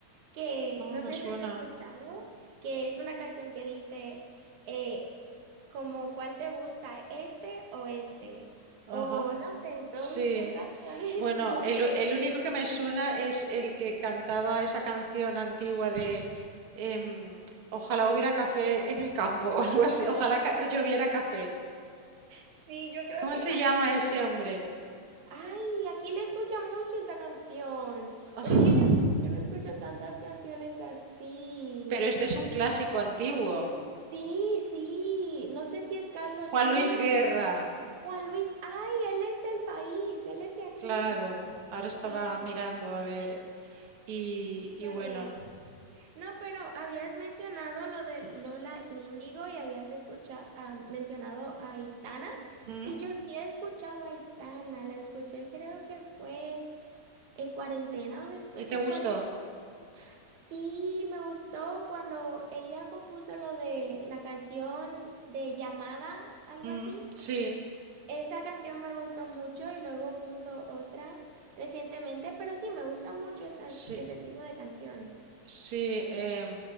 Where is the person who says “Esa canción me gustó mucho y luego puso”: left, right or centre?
Right